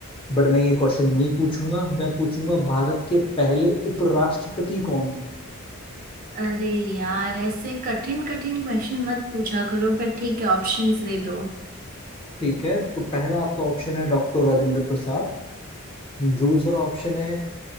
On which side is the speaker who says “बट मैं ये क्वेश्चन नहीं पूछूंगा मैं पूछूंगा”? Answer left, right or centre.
Left